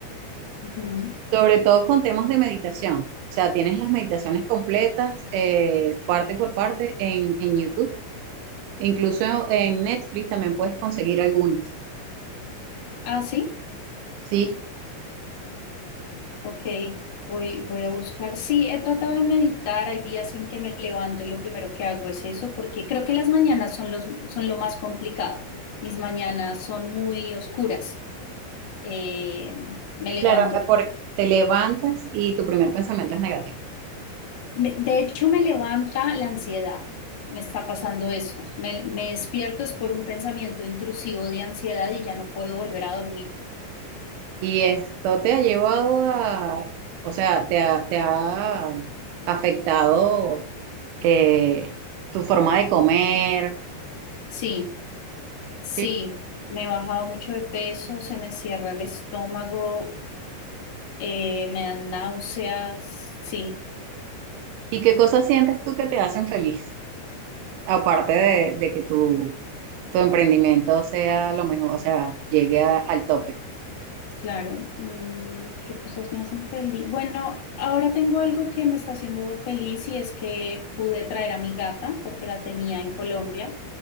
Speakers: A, on the left; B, on the right.
A: Ujú.
B: sobre todo con temas de meditación. O sea, tienes las meditaciones completas, eh, parte por parte, en, en YouTube. Incluso en Netflix también puedes conseguir algunos.
A: Ah, sí,
B: Sí,
A: ok, voy, voy a buscar. Sí, he tratado de meditar, hay días en que me levanto y lo primero que hago es eso, porque creo que las mañanas son los, son lo más complicado. Mis mañanas son muy oscuras. Eh, me levanto
B: claro, eh, porque te levantas y tu primer pensamiento es negativo.
A: Me- de hecho, me levanta la ansiedad. Me está pasando eso. Me, me despierto es por un pensamiento intrusivo de ansiedad y ya no puedo volver a dormir.
B: Y esto te ha llevado a, o sea, te ha, te ha afectado eh, tu forma de comer,
A: Sí, sí,
B: ¿sí?
A: me he bajado mucho de peso, se me cierra el estómago, eh, me dan náuseas, sí.
B: ¿Y qué cosas sientes tú que te hacen feliz? Aparte de, de que tu, tu emprendimiento sea lo mejor, o sea, llegue a- al tope.
A: Claro, mm, ¿qué cosas me hacen feliz? Bueno, ahora tengo algo que me está haciendo feliz y es que pude traer a mi gata porque la tenía en Colombia